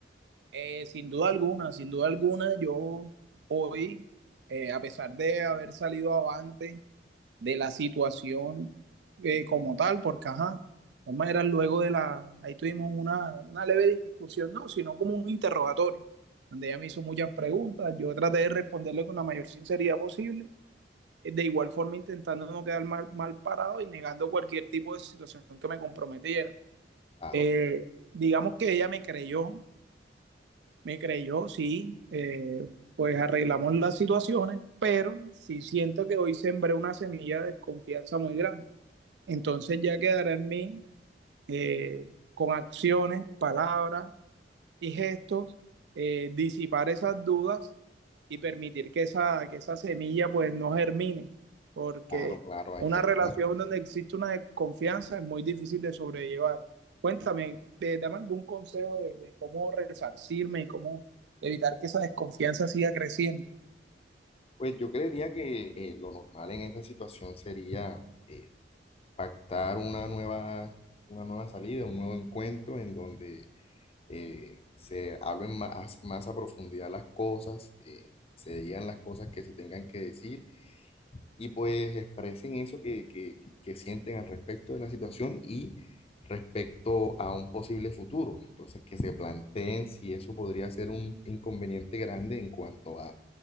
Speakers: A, on the right; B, on the left.
A: Eh, sin duda alguna, sin duda alguna, yo hoy, eh, a pesar de haber salido avante de la situación eh, como tal, porque ajá, de todas maneras luego de la, ahí tuvimos una, una leve discusión, no, sino como un interrogatorio, donde ella me hizo muchas preguntas, yo traté de responderle con la mayor sinceridad posible. eh, de igual forma intentando no quedar mal, mal parado y negando cualquier tipo de situación que me comprometiera.
B: Claro,
A: Eh, digamos que ella me creyó, me creyó, sí, eh, pues arreglamos las situaciones, pero sí siento que hoy sembré una semilla de desconfianza muy grande. Entonces ya quedará en mí eh, con acciones, palabras y gestos, eh, disipar esas dudas y permitir que esa, que esa semilla pues no germine, porque
B: claro, claro, hay
A: una
B: que actuar.
A: relación donde existe una desconfianza es muy difícil de sobrellevar. Cuéntame, eh, dame algún consejo de, de cómo resarcirme y cómo evitar que esa desconfianza siga creciendo.
B: Pues yo creería que eh, lo normal en esa situación sería eh, pactar una nueva, una nueva salida, un nuevo encuentro en donde eh, se hablen más, más a profundidad las cosas, eh, se digan las cosas que se tengan que decir y pues expresen eso que, que, que sienten al respecto de la situación y respecto a un posible futuro. Entonces, que se planteen si eso podría ser un inconveniente grande en cuanto a